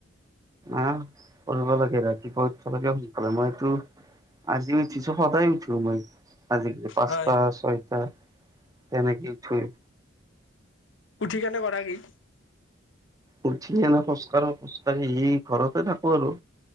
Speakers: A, on the right (about 20°); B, on the left (about 70°).
A: আ, ফুৰিব লাগে ৰাতিপুৱা <unintelligible> লাগে সোনকালে মইতো আজি উঠিছোঁ, সদায়ে উঠো মই। আজিকালি পাঁচটা
B: হয়
A: ছয়টা তেনেকেই উঠোয়েই।
B: উঠি কেনে কৰা কি?
A: উঠি কেনে খোজকাঢ়ো, খোজকাাঢ়ি আহি ঘৰতে থাকোঁ আৰু